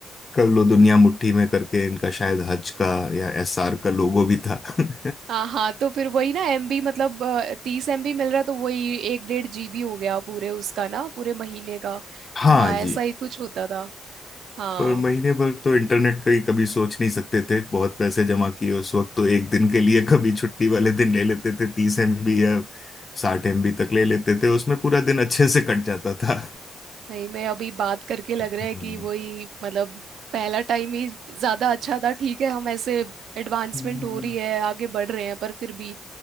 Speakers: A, on the left (about 30°); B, on the right (about 80°).
A: कर लो दुनिया मुट्ठी में करके इनका शायद हज का या एसआर का लोगो भी था <laughs>
B: हाँ हाँ तो फिर वही ना एमबी मतलब तीस एमबी मिल रहा है तो वही एक डेढ़ जीबी हो गया पूरे उसका ना पूरे महीने का
A: हाँ
B: तो हाँ
A: जी
B: ऐसा ही कुछ होता था हाँ
A: पर महीने भर तो इंटरनेट का ही कभी सोच नहीं सकते थे बहुत पैसे जमा किए उस वक्त तो एक दिन के लिए कभी छुट्टी वाले दिन ले लेते थे तीस एमबी या साठ एमबी तक ले लेते थे उसमें पूरा दिन अच्छे से कट जाता था
B: भाई मैं अभी बात करके लग
A: <laughs>
B: रहा है कि वही मतलब पहला टाइम ही ज्यादा अच्छा था ठीक है हम ऐसे एडवांसमेंट
A: हम्म।
B: हो रही है आगे बढ़ रहे हैं पर फिर भी